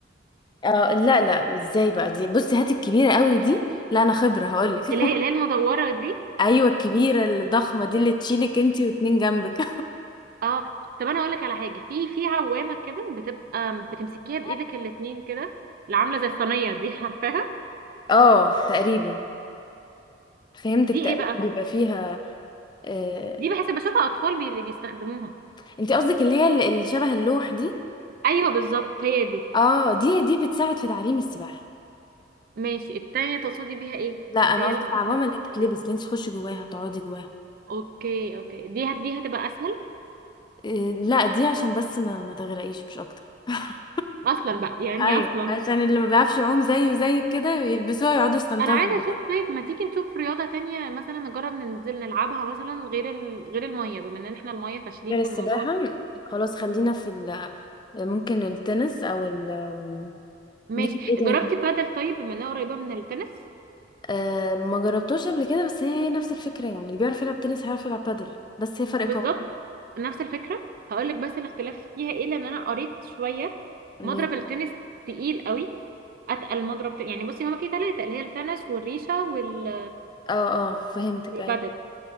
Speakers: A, on the left; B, on the right.
A: اه لا لا ازاي بقى دي بصي هات الكبيرة قوي دي لا انا خبرة هقولك
B: اللي
A: <laughs>
B: هي اللي هي المدوره دي
A: ايوه الكبيرة الضخمة دي اللي تشيلك انتي واتنين جنبك
B: اه طب انا اقول لك على حاجه في في عوامه كده بتبقى بتمسكيها بايدك
A: <laughs>
B: الاتنين كده اللي عامله زي الصينيه دي عارفاها
A: اه تقريبا فهمتك
B: دي
A: تقريبا
B: ايه بقى
A: بيبقى فيها آه...
B: دي بحس بشوفها اطفال بي اللي بيستخدموها
A: انتي قصدك اللي هي اللي شبه اللوح دي
B: ايوه بالظبط هي دي
A: اه دي دي بتساعد في تعليم السباحة
B: ماشي التانية تقصدي بيها ايه
A: لا انا
B: اللي هي
A: قصدي
B: المدوره
A: العوامه اللي بتتلبس
B: دي
A: اللي انت تخشي جواها تقعدي جواها
B: اوكي اوكي دي هت- دي هتبقى اسهل
A: إيه لا دي عشان بس ما, ما تغرقيش مش اكتر <laughs>
B: اصلا بقى يعني
A: ايوه
B: اصلا
A: عشان اللي ما بيعرفش يعوم زيه وزيك كده يلبسوها يقعدوا يستمتعوا
B: انا عايزه
A: في البحر
B: اشوف طيب ما تيجي نشوف رياضه تانية مثلا نجرب ننزل نلعبها مثلا غير ال... غير الميه بما ان احنا الميه فاشلين
A: غير
B: في
A: السباحه
B: الموضوع ده
A: خلاص خلينا في ال ممكن التنس او ال
B: ماشي
A: ليكي في ايه تاني
B: جربتي بادل طيب بما انها قريبه من التنس
A: أه ما جربتوش قبل كده بس هي هي نفس الفكره يعني اللي بيعرف يلعب تنس هيعرف يلعب بادل بس هي فرق
B: بالظبط
A: قوانين
B: نفس الفكره هقول لك بس الاختلاف فيها ايه لان انا قريت شويه
A: ماشي.
B: مضرب التنس تقيل قوي اتقل مضرب ت- يعني بصي هما في ثلاثه اللي هي التنس والريشه وال-
A: اه اه فهمتك
B: والبادل
A: ايوه